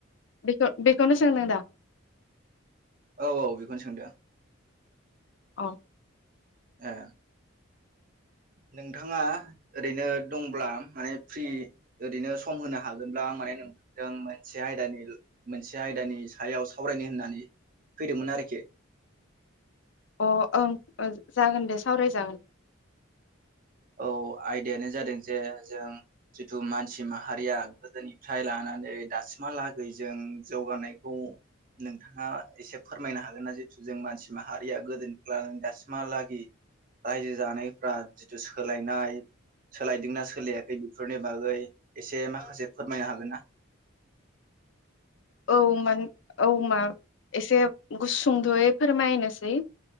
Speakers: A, on the left; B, on the right.
A: बे बेखौनो सोंदों दा?
B: औ औ बेखौनो सोंदों आ
A: औ।
B: ए नोंथाङा ओरैनो दंब्ला माने फ्रि ओरैनो सम होनो हागोनब्ला माने नोंथांजों मोनसे आयदानि मोनसे आयदानि सायाव सावरायनो होननानै फैदोंमोन आरोखि।
A: अ ओं जागोन दे सावरायजागोन।
B: औ आयदायानो जादों जे जों जिथु मानसि माहारिया गोदोनिफ्राय लानानै दासिमहालागै जों जौगानायखौ नोंथाङा एसे फोरमायनो हागोन ना? जिथु जों मानसि माहारिया गोदोनिफ्राय लानानै दासिमहालागै रायजो जानायफ्रा जिथ सोलायनाय सोलायदोंना सोलायाखै बेफोरनि बागै एसे माखासे फोरमायनो हागोन ना?
A: औ मान औ मा एसे गुसुंद'यै फोरमायनोसै